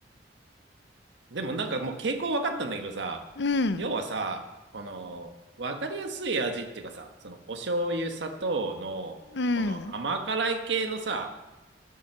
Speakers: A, on the right; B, on the left.
A: でもなんかもう傾向分かったんだけどさ、
B: うん。
A: 要はさ、この、分かりやすい味っていうかさ、そのお醤油、砂糖の、
B: うん。
A: この甘辛い系のさ、